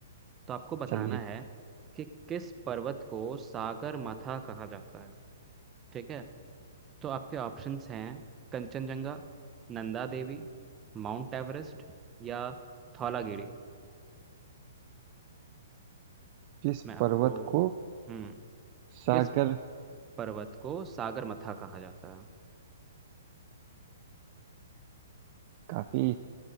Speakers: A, on the right; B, on the right.
A: तो आपको बताना
B: चलिए
A: है कि किस पर्वत को सागर माथा कहा जाता है ठीक है तो आपके ऑप्शंस हैं कंचनजंगा नंदा देवी माउंट एवरेस्ट या धौलागिरी
B: किस
A: मैं आपको
B: पर्वत को
A: हम्म
B: सागर
A: किस पर्वत को सागर माथा कहा जाता है
B: काफी